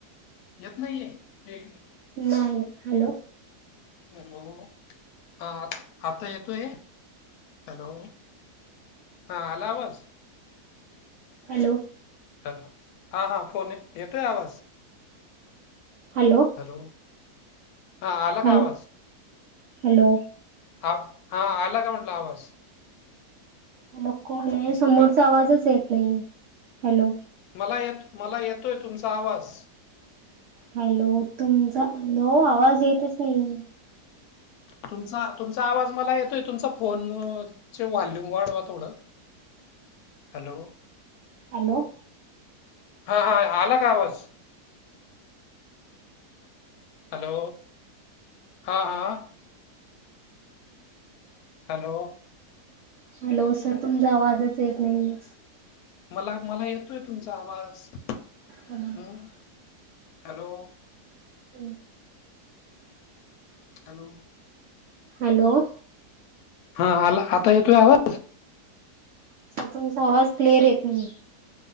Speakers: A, on the left (about 70°); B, on the right (about 70°).
A: येत नाहीये, एक
B: नाय नाय, हॅलो.
A: हॅलो, हा आ आता येतोय? हॅलो. हा, आला आवाज?
B: हॅलो.
A: हॅलो, हां हां फोन येतोय आवाज.
B: हॅलो.
A: हॅलो, हा आला
B: हॅलो.
A: का आवाज?
B: हॅलो.
A: हा हा, आला का म्हटलं आवाज?
B: हॅलो कोण आहे, समोरचा
A: ह
B: आवाजच येत नाहीये. हॅलो.
A: मला येत, मला येतोय तुमचा आवाज.
B: हॅलो, तुमचा हॅलो आवाज येतच नाहीये.
A: तुमचा तुमचा आवाज मला येतोय तुमचा फोन वॉल्यूम वाढवा थोडं हॅलो
B: हॅलो
A: हा हा आला का आवाज हॅलो हां हां हॅलो.
B: हॅलो, सर तुमचा आवाजच येत नाहीेये.
A: मला मला येतोय तुमचा आवाज.
B: हॅलो.
A: अं हॅलो.
B: हं.
A: हॅलो.
B: हॅलो
A: हा आ आता येतोय आवाज
B: सर तुमचा आवाज क्लिअर येत नाही